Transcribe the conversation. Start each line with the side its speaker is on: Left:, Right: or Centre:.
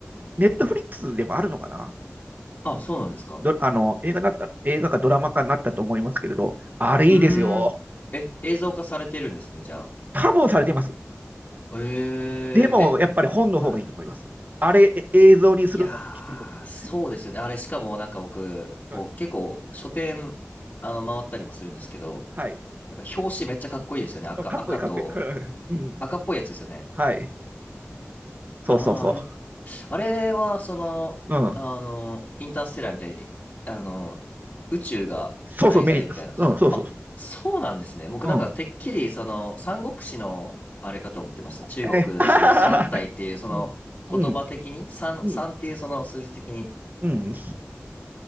Right: ネットフリックスでもあるのかな
Left: あ、そうなんですか。
Right: ど、あの、映画になった、映画かドラマ化になったと思いますけれど、あれいいですよ。
Left: うーん。え、映像化されてるんですね、じゃあ。
Right: 多分されてます。
Left: えええ、
Right: でも、やっぱり本の方がいいと思います。
Left: はい。
Right: あれ、映像にするのはちょっときついと思います。
Left: いやー、そうですよね。あれ、しかもなんか僕、こう、
Right: はい。
Left: 結構、書店、あの、回ったりもするんですけど、
Right: はい。
Left: なんか表紙めっちゃかっこいいですよね。赤、
Right: かっこいい、
Left: 赤と、
Right: かっこいい。<laughs> うん。
Left: 赤っぽいやつですよね。
Right: はい。そうそうそ
Left: ああ、あれ、あれは、その、
Right: う。うん。
Left: あの、インターステラーみたいに、えあの、宇宙が題材みたいな感じ。
Right: そうそう、メイン。うん、そうそうそ
Left: あ、そうなんですね。僕なんか、
Right: う。うん。
Left: てっきり、その、三国志の、あれかと思ってました。中国だし、
Right: えー
Left: 三体っていう、その、
Right: <laughs>、うん、
Left: 言葉的に、
Right: うん、
Left: 三、
Right: うん、
Left: 三っていう、その数字的に。
Right: うん。